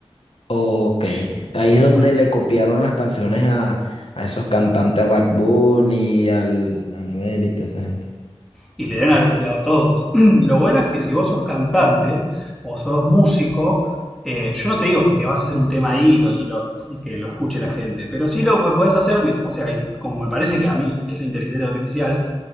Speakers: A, on the left (about 65°); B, in the centre.
A: Ok,
B: que
A: ahí
B: Está
A: es
B: muy
A: donde
B: bueno.
A: le copiaron las canciones a, a esos cantantes, a Bad Bunny, al Anuel y toda esa gente.
B: y le deben haber copiado todos. <clears throat> <laughs> Lo bueno es que si vos sos cantante o sos músico, eh, yo no te digo que te vas a hacer un tema ahí y, lo- y lo- y que lo escuche la gente, pero sí lo que podés hacer, me- o sea, y como me parece que a mí es la inteligencia artificial,